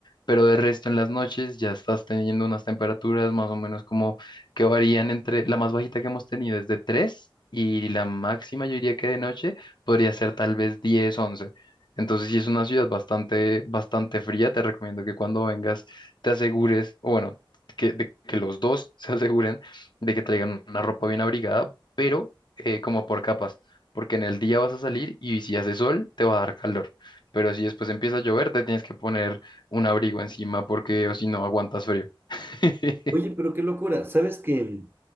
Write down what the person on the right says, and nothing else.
Oye, pero qué locura. ¿Sabes que,